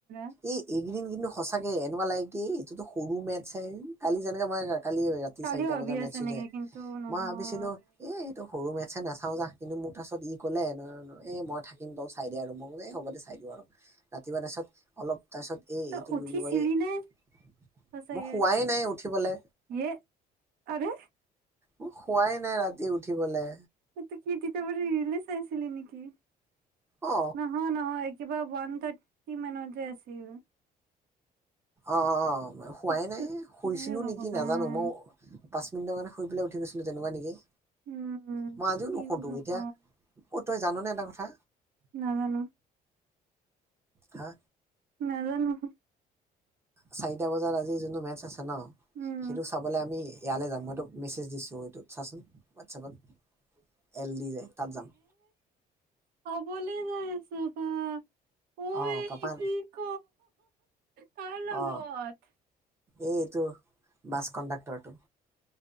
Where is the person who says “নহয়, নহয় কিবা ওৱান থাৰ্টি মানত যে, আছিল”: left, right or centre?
Right